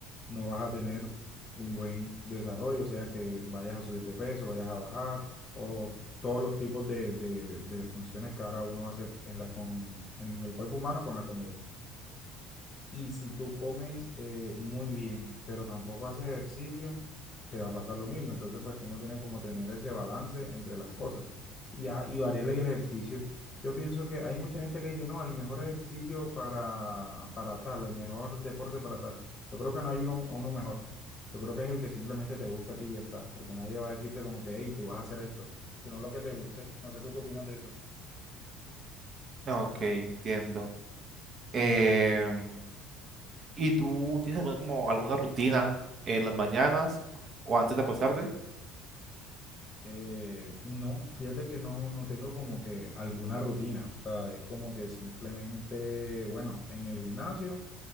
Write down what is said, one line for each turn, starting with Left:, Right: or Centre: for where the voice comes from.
Left: no vas a tener un buen desarrollo, o sea que vayas a subir de peso, vayas a bajar, o todos los tipos de, de- de funciones que ahora uno hace en la, con, en el cuerpo humano con la comida. Y si tú comes eh, muy bien, pero tampoco haces ejercicio, te va a pasar lo mismo. Entonces, pues uno tiene como tener ese balance entre las cosas y ya, y variarle el ejercicio. Yo pienso que hay mucha gente que dice, no, el mejor ejercicio para, para tal, el mejor deporte para tal. Yo creo que no hay uno, uno mejor. Yo creo que es el que simplemente te gusta a ti y ya está, porque nadie va a decirte como que, hey, tú vas a hacer esto, sino lo que te guste. No sé tú qué opinas de eso.
Right: Ok, entiendo. Em, ¿y tú tienes alguna, como alguna rutina en las mañanas o antes de acostarte?
Left: Eh, no, fíjate que no, no tengo como que alguna rutina, o sea, es como que simplemente, bueno, en el gimnasio,